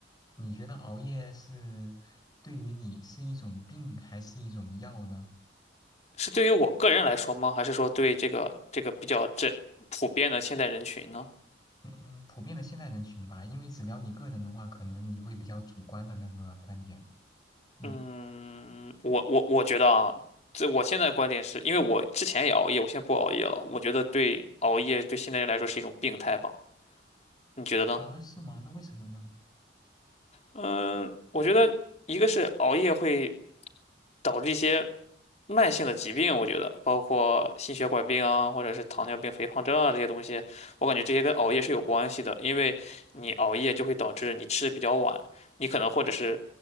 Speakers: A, on the left; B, on the left.
A: 你觉得熬夜是对于你是一种病还是一种药呢？
B: 是对于我个人来说吗？还是说对这个这个比较这普遍的现代人群呢？
A: 嗯，普遍的现代人群吧，因为只聊你个人的话，可能你会比较主观的那个观点。嗯，
B: 嗯，我我我觉得啊，这我现在的观点是因为我之前也熬夜，我现在不熬夜了。我觉得对熬夜对现代人来说是一种病态吧？你觉得呢？
A: 啊，是吗？那为什么呢？
B: 嗯，我觉得一个是熬夜会导致一些。慢性的疾病，我觉得包括心血管病啊，或者是糖尿病、肥胖症啊这些东西，我感觉这些跟熬夜是有关系的，因为你熬夜就会导致你吃的比较晚，你可能或者是